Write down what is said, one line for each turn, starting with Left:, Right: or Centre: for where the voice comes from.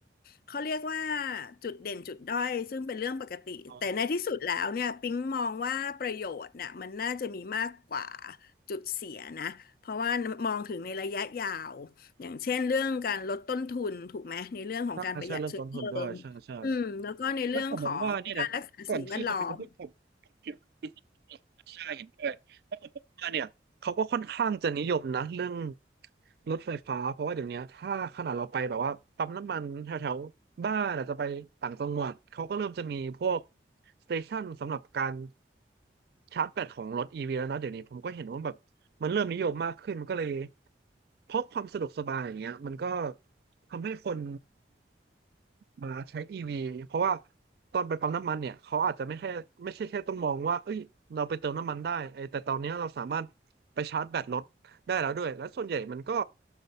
Left: เขาเรียกว่าจุดเด่นจุดด้อยซึ่งเป็นเรื่องปกติแต่ในที่สุดแล้วเนี่ยปิ๊งมองว่าประโยชน์เนี่ยมันน่าจะมีมากกว่า
Right: อ๋อ
Left: จุดเสียนะเพราะว่ามองถึงในระยะยาวอย่างเช่นเรื่องการลดต้นทุนถูกไหมในเรื่องของการประหยัดเชื้อเพลิง
Right: ถ้าใช่เรื่องต้นทุนด้วยใช่ใช่
Left: อืมแล้วก็ในเรื่องของการรักษาสิ่งแวดล้อม
Right: แล้วผมมองว่าเนี่ยนะก่อนที่เขาจะพูดผมผมคิดว่าเป็นสิ่งที่ใช่เห็นด้วยแล้วผมว่าเนี่ยเขาก็ค่อนข้างจะนิยมนะเรื่องรถไฟฟ้าเพราะว่าเดี๋ยวนี้ถ้าขนาดเราไปแบบว่าปั๊มน้ำมันแถวแถวบ้านอาจจะไปต่างจังหวัดเขาก็เริ่มจะมีพวกสเตชันสำหรับการชาร์จแบตของรถอีวีแล้วนะเดี๋ยวนี้ผมก็เห็นว่าแบบมันเริ่มนิยมมากขึ้นมันก็เลยเพราะความสะดวกสบายอย่างเงี้ยมันก็ทำให้คน มาใช้ EV เพราะว่าตอนไปปั๊มน้ำมันเนี่ยเขาอาจจะไม่แค่ไม่ใช่แค่ต้องมองว่าเอ้ยเราไปเติมน้ำมันได้ไอ้แต่ตอนเนี้ยเราสามารถไปชาร์จแบตรถได้แล้วด้วยและส่วนใหญ่มันก็